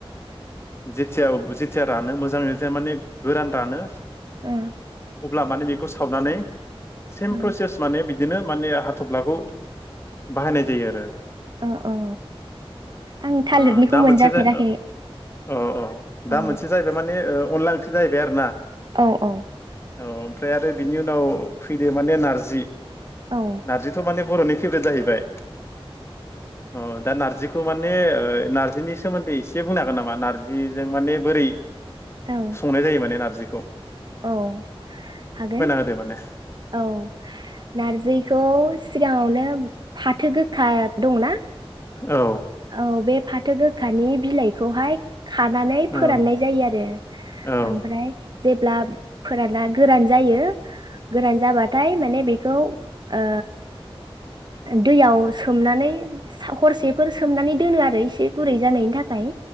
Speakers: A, on the left; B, on the right.
A: जेथिआ जिथिया रानो मोजाङै माने गोरान रानो
B: अ
A: अब्ला माने बे खौ सावनानै सेम
B: ओ
A: प्रसेस माने बि दिनो माने हाथब्लाखौ बाहायनाय जायो आरो।
B: औ औ आं थालिरनिखौ
A: ओ दा
B: मोनजाफेराखै
A: मोनसे जा ओ अह अह
B: औ
A: दा मोनसे जाहैबाय माने ओ अनला ओंख्रि जाहैबाय आरो ना।
B: औ औ।
A: औ ओमफ्राय आरो बिनि उनाव फैदो माने नारजि।
B: औ
A: नारजिथ' माने बर'नि फेब्रेथ जाहैबाय। अह दा नारजि खौ माने ओ नार्जिनि सोमोन्दै एसे बुंनो हागोन नामा नारजिजों माने बोरै
B: औ
A: संनाय जायो माने नारजि खौ।
B: औ हागोन
A: होदो माने
B: औ नारजिखौ सिगाङावनो फाथो गोखा दंना?
A: औ।
B: औ बे फाथो गोखानि बिलाइखौहाय खानानै
A: औ
B: फोराननाय जायो आरो
A: औ
B: ओमफ्राय जेब ब्ला फोराना गोरान जायो गोरान जाबाथाय माने बेखौ ओ दैयाव सोमनानै सा हरसेफोर सोमनानै दोनो आरो एसे गुरै जानायनि थाखाय